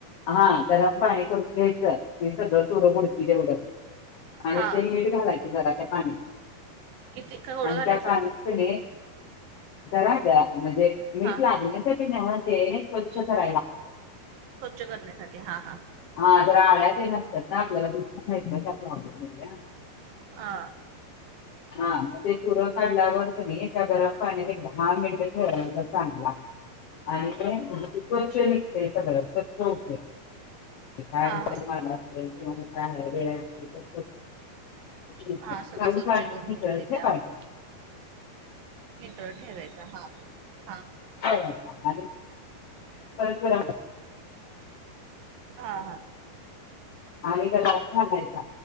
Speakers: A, on the left (about 80°); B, on the right (about 70°).
A: हा जरा पाणी करून घ्यायचं ती सगळं तुरं बुडतील एवढं- आणि
B: हा
A: ते मीठ घालायच जरा त्या पाण्यात
B: किती थोडं
A: आणि
B: घालायचं
A: त्या पाणी कणी जरा ग, म्हणजे मीठ
B: हा
A: लागण्यासाठी न्हव ते स्वच्छ करायला.
B: स्वच्छ करण्यासाठी, हा - हा
A: हा जरा आळ्यातेन असत्यात ना आपल्याला दिसत नाहीत ना <unintelligible> मधल्या
B: हा
A: हा मग ते तुरं काढल्यावर कणी त्या गरम पाण्यात एक दहा मिनट ठेवायच चांगला
B: <inaudible>
A: आणि ते स्वच्छ निघतय सगळं स्वच्छ होतय काय
B: हा
A: म्ह
B: हा
A: -मला असेल किंवा म काय वेळ <unintelligible> असतील तर स्वच्छ होतय
B: हा सगळं
A: काढून
B: स्वच्छ
A: चाळणीत
B: धून
A: नितळत
B: निघतय ते
A: ठेवायचा
B: त्यामुळं निथळत ठेवायचा. हा, हा
A: होय. आणि - <unintelligible> बरोबर <unintelligible>
B: हां -हां
A: आणि <unintelligible> घालायचा